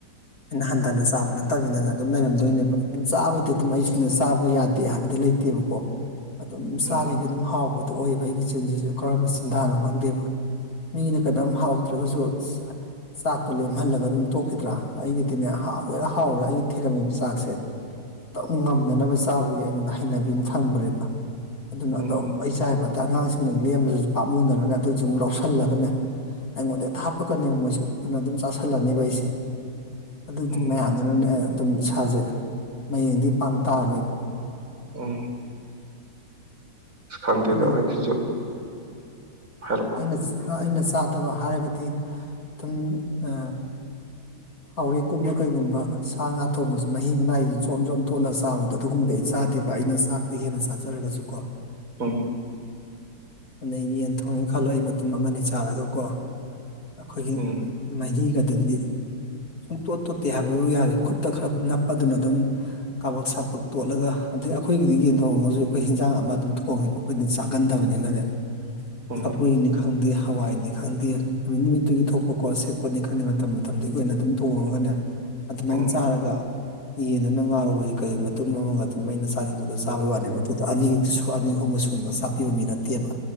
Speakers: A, on the left (about 50°); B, on the right (about 45°).
A: ꯑꯩꯅ ꯍꯟꯗꯅ ꯆꯥꯕ ꯅꯠꯇꯃꯤꯅꯅꯦ ꯑꯗꯨꯝ ꯂꯩꯔꯝꯗꯣꯏꯅꯦꯕ ꯑꯝ ꯆꯥꯕꯗꯤ ꯑꯗꯨꯝ ꯑꯩꯁꯨꯨꯅꯦ ꯆꯥꯕ ꯌꯥꯗꯦ ꯍꯥꯏꯕꯗꯤ ꯂꯩ ꯇꯦꯕꯀꯣ ꯑꯗꯨꯝ ꯆꯥꯔꯤꯒꯩ
B: ꯎꯝ
A: ꯑꯗꯨꯝ ꯍꯥꯎꯕꯗꯣ ꯑꯣꯏꯌꯦꯕ ꯑꯩꯒꯤ ꯆꯤꯟꯖꯤꯖꯨ ꯀꯔꯝꯕ ꯆꯤꯟꯗꯥꯅꯣ ꯈꯪꯗꯦꯕ ꯃꯤꯒꯤꯅ ꯀꯩꯅꯣꯝ ꯍꯥꯎꯇ꯭ꯔꯒꯁꯨ ꯆꯥꯛꯇꯣ ꯂꯦꯝꯍꯜꯂꯒ ꯑꯗꯨꯝ ꯇꯣꯛꯈꯤꯗ꯭ꯔꯥ ꯑꯩꯒꯤꯗꯤꯅꯦ ꯍꯥꯎꯒꯦꯔ ꯍꯥꯎꯔꯣꯔ ꯑꯩꯒꯤ ꯊꯤꯔꯝꯃꯤꯕ ꯆꯥꯛꯁꯦ ꯑꯗꯨꯝ ꯉꯝꯅꯅꯕ ꯆꯥꯕꯒꯤ ꯑꯩꯉꯣꯟꯗ ꯍꯩꯅꯕꯤ ꯑꯝ ꯊꯝꯒ꯭ꯔꯦꯕ ꯑꯗꯨꯅ
B: ꯎꯝ
A: ꯑꯗꯨꯝ ꯑꯩ ꯆꯥꯏꯕ ꯑꯗ ꯑꯉꯥꯡꯁꯤꯡꯅ ꯂꯦꯝꯕꯗꯁꯨ ꯄꯥꯝꯃꯨꯗꯅ ꯑꯗꯨꯖꯨ ꯃꯨꯛ ꯂꯧꯁꯟ ꯥꯍꯜꯂꯒꯅꯦ ꯑꯩꯉꯣꯟꯗ ꯍꯦꯛꯇ ꯍꯥꯞꯄꯀꯅꯦꯕ ꯃꯣꯏꯁꯨ ꯑꯗꯨꯅ ꯑꯗꯨꯝ ꯆꯥꯥꯁꯜꯂꯅꯦꯕ ꯑꯩꯁꯦ ꯑꯗꯨꯒꯤ
B: ꯎꯝ
A: ꯃꯌꯥꯝꯗꯨꯅꯅꯦ ꯑꯩ ꯑꯗꯨꯝ ꯏꯁꯥꯖꯦ ꯃꯌꯦꯡꯗꯤ ꯄꯥꯡ ꯇꯥꯔꯣꯏꯕ
B: ꯎꯝ ꯑꯁ ꯈꯪꯗꯦꯗꯣ
A: ꯑꯩꯅ
B: ꯑꯩꯁꯤꯖꯨ ꯍꯥꯏꯔꯣ
A: ꯑꯩꯅ ꯑ ꯑꯩꯅ ꯆꯥꯗꯕ ꯍꯥꯏꯔꯒꯗꯤ ꯑꯗꯨꯝ ꯑ ꯊꯥꯎꯔꯦꯛꯀꯨꯝꯃ ꯀꯩꯒꯨꯝꯕ ꯁꯥ ꯉꯥ ꯊꯣꯡꯉꯁꯨ ꯃꯍꯤ ꯃꯅꯥꯏꯖꯤ ꯖꯣꯝ ꯖꯣꯝ ꯇꯣꯠꯂ ꯆꯥꯕꯗꯣ ꯑꯗꯨꯒꯨꯝꯕꯗꯤ ꯑꯩ ꯆꯥꯗꯦꯕ ꯑꯩꯅ ꯆꯥꯛꯇꯤ ꯍꯦꯟꯅ ꯆꯥꯖꯔꯒꯁꯨꯀꯣ
B: ꯎꯝ
A: ꯑꯗꯩ ꯌꯦꯟ ꯊꯣꯡꯉꯦ ꯈꯜꯂꯣ ꯑꯩ ꯃꯇꯨꯝ ꯑꯃꯅꯤ ꯆꯥꯔꯒꯀꯣ ꯑꯈꯣꯏꯒꯤ
B: ꯎꯝ
A: ꯃꯍꯤꯒꯗꯨꯗꯤ ꯁꯨꯡꯇꯣꯠ ꯇꯣꯠꯇꯦ ꯍꯥꯏꯕꯕꯨ ꯌꯥꯔꯦ ꯈꯨꯠꯇ ꯈꯔ ꯅꯞꯄꯗꯨꯅ ꯑꯗꯨꯝ ꯀꯥꯕꯛ ꯁꯥꯄꯛ ꯇꯣꯠꯂꯒ ꯑꯗꯩ ꯑꯈꯣꯏꯒꯤꯗꯤ ꯌꯦꯟ ꯊꯣꯡꯉꯒꯁꯨ ꯑꯈꯣꯏ ꯍꯤꯟꯖꯥꯡ ꯑꯃ ꯑꯗꯨꯝ ꯊꯣꯡꯉꯦꯕ ꯈꯣꯏꯅ ꯆꯥꯒꯟꯗꯕꯅꯤꯅꯅꯦ
B: ꯎꯝ
A: ꯁꯧꯒ꯭ꯔꯤꯅꯤ ꯈꯪꯗꯦ ꯍꯋꯥꯏꯅꯤ ꯈꯪꯗꯦ ꯅꯨꯃꯤꯠ ꯅꯨꯃꯤꯠꯇꯨꯒꯤ ꯊꯣꯛꯄꯀꯣ ꯁꯦꯕꯣꯠꯅꯦ ꯈꯪꯗꯦ ꯃꯇꯝ ꯃꯇꯝꯗꯨꯒꯤ ꯑꯣꯏꯅ ꯑꯗꯨꯝ ꯊꯣꯡꯉꯒꯅꯦ ꯑꯗꯨꯃꯥꯏ
B: ꯎꯝ
A: ꯆꯥꯔꯒ ꯌꯦꯟꯗꯨꯅ ꯉꯥꯔꯧꯑꯣꯏ ꯀꯩ ꯑꯣꯏꯠꯃꯇꯨꯡ ꯑꯃꯒ ꯑꯗꯨꯝ ꯃꯥꯏꯅ ꯆꯥꯅꯤꯡꯕꯗꯣ ꯆꯥꯕꯩ ꯋꯥꯅꯦꯕ ꯑꯗꯨꯗ ꯑꯅꯤꯁꯨ ꯑꯅꯤ ꯑꯍꯨꯝꯒ ꯁꯨ ꯀꯩꯅꯒ ꯆꯥꯕꯤꯕ ꯃꯤ ꯅꯠꯇꯦꯕ